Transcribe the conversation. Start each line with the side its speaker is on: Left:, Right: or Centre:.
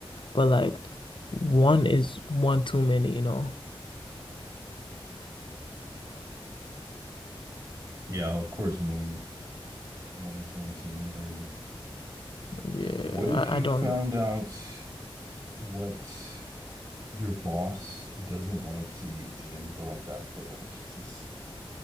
Left: But like one is one too many, you know?
Right: Yeah, of course, one one is one too many already.
Left: Yeah,
Right: What if
Left: I,
Right: you
Left: I don't
Right: found
Left: know.
Right: out what your boss doesn't like to eat and brought that for lunch? Is this